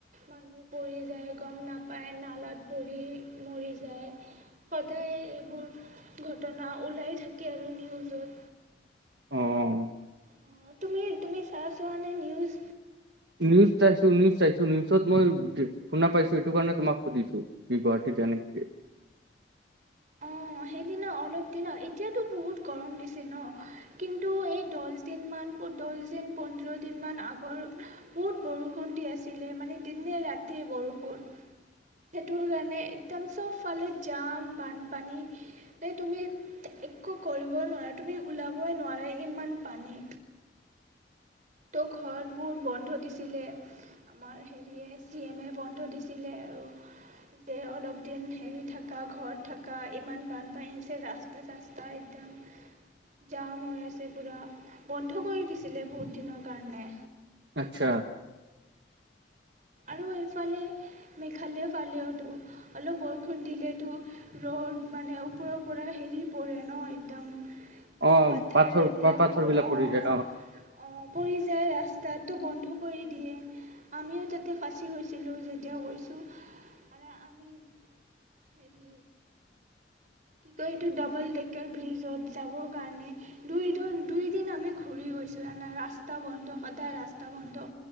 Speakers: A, on the right; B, on the right.
A: মানুহ পৰি যায়, গম নাপাই নালাত পৰি মৰি যায়। সদায় এইবোৰ ঘটনা ওলাই থাকে আৰু নিউজত
B: অ'।
A: অ', তুমি, তুমি চাইছা নে নিউজ?
B: নিউজ চাইছোঁ, নিউজ চাইছোঁ। নিউজত মই শুনা পাইছোঁ। এইটো কাৰণে তোমাক সুধিছোঁ, কি গুৱাহাটীত এনেকে
A: অ, সেইদিনা অলপদিনা। এতিয়াটো বহুত গৰম দিছে ন? কিন্তু এই দহদিনমান, দহদিন পোন্ধৰদিনমান আগৰ বহুত বৰষুণ দি আছিলে। মানে, দিনে-ৰাতিয়ে বৰষুণ। সেইটো কাৰণে একদম চবফালে জাম, বানপানী এ, তুমি একো কৰিব নোৱাৰা। তুমি ওলাবই নোৱাৰা। ইমান পানী ত', ঘৰত মোৰ বন্ধ দিছিলে। আমাৰ হেৰীয়ে, চি এমে বন্ধ দিছিলে। আৰু যে, অলপ দিন হেৰি থাকা, ঘৰত থাকা, ইমান বানপানী হৈছে। ৰাস্তা, চাস্তা একদম জাম হৈ আছে। পুৰা বন্ধ কৰি দিছিলে বহুত দিনৰ কাৰণে
B: আচ্ছা।
A: আৰু এফালে মেঘালয় ফালেওটো অলপ বৰষুণ দিলেইটো ৰদ, মানে, ওপৰৰ পৰা হেৰি পৰে ন? একদম এ,
B: অ',
A: পাথৰ এইবিলাক।
B: পাথৰ
A: অ',
B: বিলাক
A: অ',
B: পৰি যায়
A: পৰি যায়। ৰাস্তাটো বন্ধ কৰি দিয়ে আমিও <inaudible> <unintelligible> গৈছিলো যেতিয়া গৈছো মানে আমি <inaudible> হেৰি কি কয় এইটো ডাবল <unintelligible> ব্ৰীজত যাবৰ কাৰণে দুই দিন দুই দিন আমি ঘূৰি গৈছো জানা ৰাস্তা বন্ধ সদায় ৰাস্তা বন্ধ